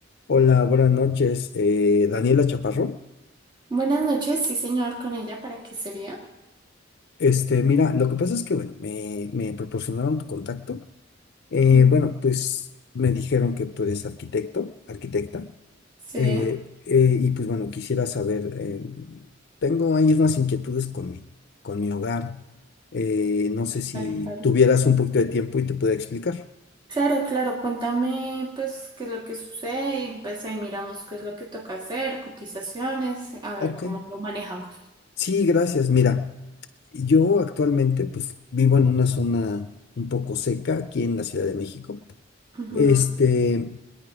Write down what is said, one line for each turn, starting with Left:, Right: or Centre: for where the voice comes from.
Left: Hola, buenas noches, eh, Daniela Chaparro.
Right: Buenas noches, sí señor, con ella, ¿para qué sería?
Left: Este, mira, lo que pasa es que, bueno, me, me proporcionaron tu contacto. Eh,
Right: Ujú.
Left: bueno, pues me dijeron que tú eres arquitecto, arquitecta,
Right: Sí,
Left: eh, eh, y pues bueno, quisiera saber, eh, tengo ahí unas inquietudes con mi, con mi hogar. Eh, no sé si
Right: Vale, claro.
Left: tuvieras un poquito de tiempo y te pueda explicar.
Right: claro, claro, cuéntame pues qué es lo que sucede y pues ahí miramos qué es lo que toca hacer, cotizaciones, a
Left: Ok.
Right: ver cómo lo manejamos.
Left: Sí, gracias. Mira, yo actualmente pues vivo en una zona un poco seca aquí en la Ciudad de México.
Right: Ujú,
Left: Este,